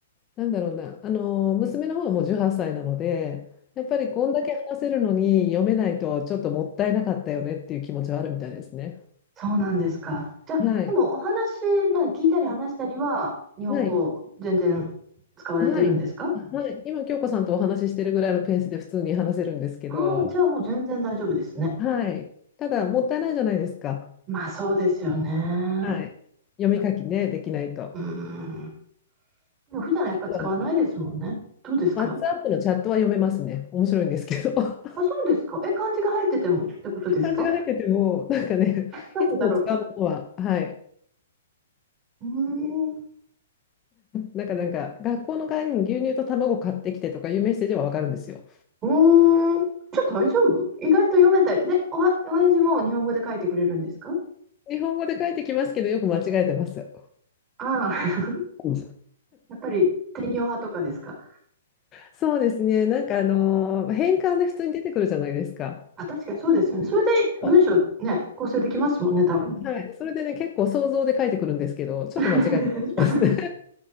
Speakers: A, on the left; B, on the right.
A: なんだろうな、あの、娘の方がもう18歳なので、やっぱりこんだけ話せるのに読めないとちょっともったいなかったよねっていう気持ちはあるみたいですね。
B: そうなんですか。じゃあ、
A: はい。
B: でもお話、なんか聞いたり話したりは、日本語全然使われてるんですか
A: はい。はい。はい。今、京子さんとお話ししてるぐらいのペースで普通に話せるんですけど、
B: ああー、じゃあもう全然大丈夫ですね。
A: はい。ただ、もったいないじゃないですか。
B: まあそうですよね。
A: はい。読み書きね、できないと。あ
B: うん。でも普段やっぱ使わないですもんね。
A: とはね、
B: どうですか
A: WhatsApp のチャットは読めますね。面白いんですけど。<laughs>
B: あ、そうですか。え、漢字が入っててもってことですか
A: 漢字が入ってても、なんかね、
B: なんでだろ
A: いつも使うものは、はい、
B: う。うーん。
A: なんか、なんか、学校の帰りに牛乳と卵買ってきてとかいうメッセージはわかるんですよ。
B: うーん、じゃあ大丈夫意外と読めたり。で、おは、お返事も日本語で書いてくれるんですか
A: 日本語で書いてきますけど、よく間違えてます。
B: ああ、<laughs>
A: うん
B: やっぱり天用派とかですか
A: そうですね。なんか、あのー変換で普通に出てくるじゃないですか。
B: あ、確かにそうですよね。それで文章ね、
A: そ
B: 構成できますもんね、多分。
A: うはい。それでね、結構想像で書いてくるんですけど、ちょっと間違えてたりしますね。
B: <laughs>